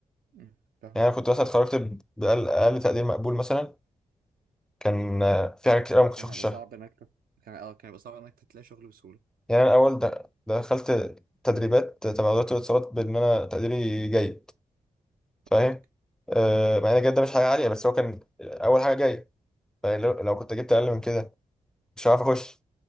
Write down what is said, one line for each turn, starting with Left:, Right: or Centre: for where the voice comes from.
Right: مم. فاهمك
Centre: يعني انا كنت مثلا اتخرجت ب- باقل أقل تقدير مقبول مثلا كان آه، في حاجات كتير أوي ما كنتش
Right: كان
Centre: اخشها
Right: هيبقى صعب انك تت- كان اه كان هيبقى صعب انك تلاقي شغل بسهوله
Centre: يعني انا الاول د- دخلت تدريبات تبع وزاره الاتصالات بان انا تقديري جيد فاهم
Right: فهمتك
Centre: آه، مع ان الجيد ده مش حاجه عاليه بس هو كان اول حاجه جاي فلو لو كنت جبت اقل من كده مش هعرف اخش